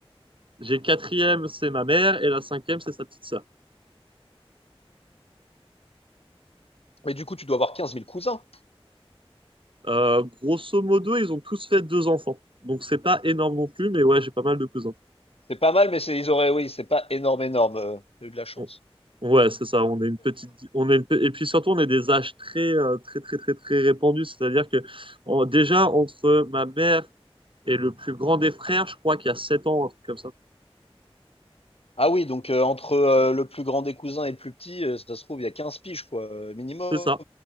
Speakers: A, on the right; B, on the left.
A: J'ai quatrième, c'est ma mère, et la cinquième, c'est sa petite sœur.
B: Mais du coup, tu dois avoir quinze mille cousins.
A: Euh, grosso modo, ils ont tous fait deux enfants. Donc c'est pas énorme non plus, mais ouais, j'ai pas mal de cousins.
B: C'est pas mal, mais c'est ils auraient oui, c'est pas énorme, énorme, heu, tu eu de la chance.
A: on- Ouais, c'est ça. On est une petite, on est une pe- et puis surtout on est des âges très, euh, très, très, très, très répandus. C'est-à-dire que en- déjà entre ma mère et le plus grand des frères, je crois qu'il y a 7 ans, un truc comme ça.
B: Ah oui, donc heu, entre, heu, le plus grand des cousins et le plus petit, heu, ça se trouve, il y a 15 piges quoi, heu, minimum.
A: C'est ça.